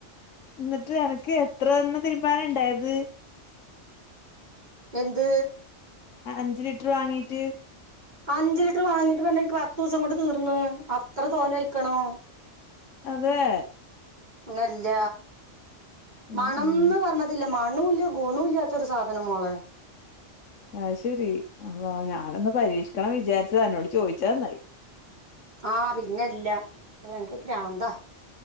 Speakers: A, on the left (about 80°); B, on the right (about 35°).
A: ന്നട്ട് അനക്ക് എത്രണ്ണം തീരുമ്പാൻ ഉണ്ടയത്
B: എന്ത്
A: അഞ്ച് ലിറ്റർ വാങ്ങിയിട്ട്
B: അഞ്ചു ലിറ്റർ വാങ്ങിട്ട് പെണ്ണെ എനിക്ക് പത്ത് ദിവസം കൊണ്ട് തീർന്നു അത്ര തോന്ന ഒഴിക്കണം
A: അതെ
B: അല്ല
A: ഉം
B: മണംന്ന്
A: ഉം
B: പറഞ്ഞ അല്ല മണല്ല്യ കുണോം ഇല്ലാത്ത ഒരു സാധനമോളെ
A: ആഹ ശെരി അല്ലോ ഞാനൊന്ന് പരീക്ഷിക്കണം വിചാരിച്ചത അന്നോട് ചോദിച്ച നന്നായി
B: ആഹ പിന്നെല്ല അനക്ക് ഭ്രാന്താ